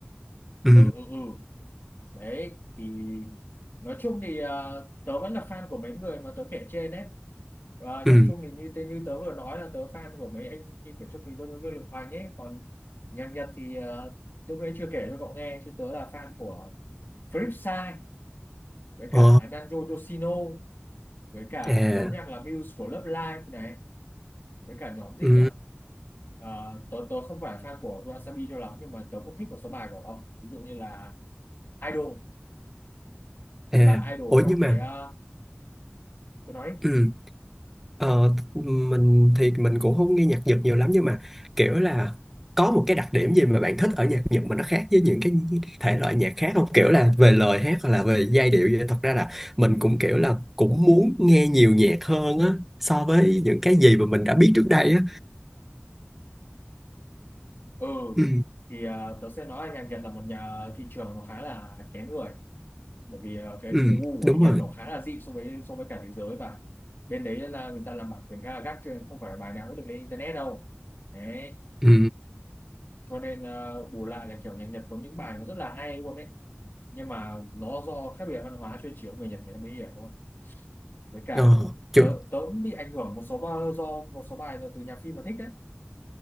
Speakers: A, in the centre; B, on the left.
A: ừ
B: ừ ừ ừ đấy thì nói chung thì ờ, tớ vẫn là fan của mấy người mà tớ kể trên đấy Ờ,
A: ừ
B: nhạc Trung thì như tớ như tớ vừa nói là tớ fan của mấy anh như kiểu Châu Quỳ Vương Vương Lực hoàng ấy còn nhạc Nhật thì ờ, lúc nãy chưa kể cho cậu nghe chứ tớ là fan của Flipside với
A: ồ
B: cả Nanjo Yoshino với cả
A: à
B: nhóm nhạc là Muse của Love Live này với cả nhóm gì
A: ừ
B: nhỉ Ờ, tớ tớ không phải fan của Wasabi cho lắm nhưng mà tớ cũng thích một số bài của họ ví dụ như là Idol
A: à
B: cái bài Idol
A: ủa
B: trong
A: nhưng
B: cái
A: mà
B: ờ, tớ nói
A: ừ Ờ, mình thì mình cũng không nghe nhạc Nhật nhiều lắm nhưng mà kiểu là có một cái đặc điểm gì mà bạn thích ở nhạc Nhật mà nó khác với những cái thể loại nhạc khác không? Kiểu là về lời hát hoặc là về giai điệu vậy. Thật ra là mình cũng kiểu là cũng muốn nghe nhiều nhạc hơn á so với những cái gì mà mình đã biết trước đây á.
B: ừ
A: Ừ,
B: thì à, tớ sẽ nói là nhạc Nhật là một nhà thị trường nó khá là kén người bởi vì à, cái
A: ừ,
B: khu gu của
A: đúng
B: Nhật
A: rồi.
B: nó khá là dị so với so với cả thế giới và bên đấy là người ta làm bản quyền khá là gắt cho nên không phải bài nào cũng được lên internet đâu đấy
A: Ừ,
B: cho nên uh, bù lại là kiểu nhạc Nhật có những bài nó rất là hay luôn đấy nhưng mà nó do khác biệt văn hóa chơi chiếu người Nhật người ta mới hiểu thôi với cả
A: ờ, chứ,
B: tớ tớ cũng bị ảnh hưởng một số ba- do một số bài do từ nhạc phim mà thích đấy